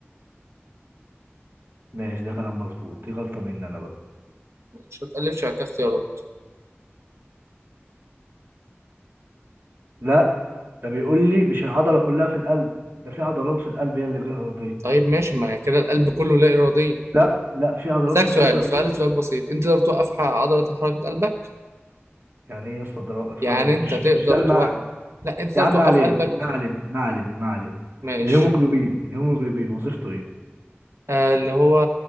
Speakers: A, on the right; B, on the right.
A: ماشي ده كلام مظبوط دي غلطة مني أنا بقى
B: مش هتقلبش على كده اختيارات
A: لا ده بيقول لي مش العضلة كلها في القلب ده في عضلات في القلب هي اللي غير إرادية
B: طيب ماشي ما هي كده القلب كله لا إرادية
A: لا لا في عضلات
B: أسألك
A: في
B: سؤال
A: القلب إرادية
B: سؤال
A: وفي-
B: سؤال بسيط أنت تقدر توقف ح- عضلة حركة قلبك
A: يعني إيه يا اسطى ده رأي في
B: يعني
A: حر-
B: أنت
A: مش
B: تقدر
A: مش ده المعنى
B: توقف لا أنت تقدر
A: يا عم
B: توقف
A: ما علينا
B: قلبك
A: ما علينا ما علينا ما علينا
B: ماشي
A: الهيموجلوبين الهيموجلوبين وظيفته إيه؟
B: آه اللي هو